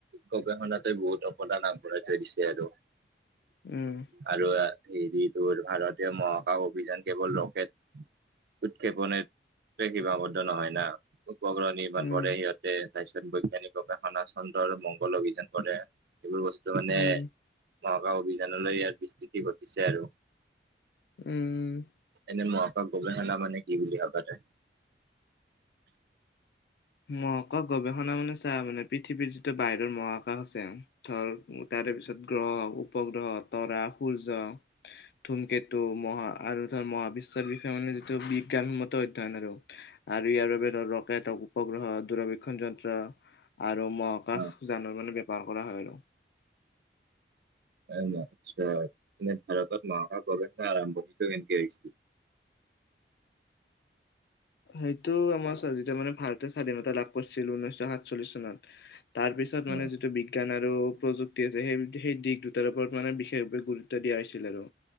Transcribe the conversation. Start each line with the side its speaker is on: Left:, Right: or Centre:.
Right: গৱেষণাতে বহুত অৱদান আগবঢ়াই থৈ দিছে আৰু।
Left: উম।
Right: আৰু হেৰিটোৰ ভাৰতীয় মহাকাশ অভিযান কেৱল ৰকেট উৎক্ষেপনে তে সীমাবদ্ধ নহয় না, উপগ্ৰহ নিৰ্মাণ
Left: উম
Right: কৰে সিহঁতে তাৰপিছত বৈজ্ঞানিক গৱেষণা চন্দ্ৰ আৰু মংগল অভিযান কৰে। এইবোৰ বস্তু মানে
Left: উম
Right: মহাকাশ অভিযানলৈ ইয়াৰ বিস্তৃতি ঘটিছে আৰু।
Left: উম।
Right: এনে মহাকাশ গবেষণা মানে কি বুলি ভাবা তই।
Left: মহাকাশ গৱেষণা মানে চা মানে পৃথিৱীৰ যিটো বাহিৰৰ মহাকাশ আছে ধৰ তাৰে পিছত গ্ৰহ, উপগ্ৰহ, তৰা, সূৰ্য। ধুমকেতু মহা আৰু ধৰ মহাবিশ্বৰ বিষয়ে মানে যিটো বিজ্ঞানন্মত অধ্যয়ন আৰু। আৰু ইয়াৰ বাবে ধৰ ৰকেট হওঁক উপগ্ৰহ, দূৰবক্ষণ যন্ত্ৰ আৰু মহাকাশ
Right: অ
Left: জানৰ মানে <unintelligible> কৰা হয় আৰু।
Right: <unintelligible> আচ্ছা, এনে ভাৰতত মহকাশ গৱেষণা আৰম্ভ <unintelligible> কেনকে আহিছিল?
Left: সেইটো আমাৰ চোৱা যেতিয়া মানে ভাৰতে স্বাধীনতা লাভ কৰিছিল ঊনৈশ সাতচল্লিশ চনত। তাৰ পিছত
Right: অ
Left: মানে যিটো বি বিজ্ঞান আৰু প্ৰযুক্তি আছে, সেই- সেই দিশ দুটাৰ ওপৰত মানে বিশেষভাৱে গুৰুত্ব দিয়া হৈছিল আৰু।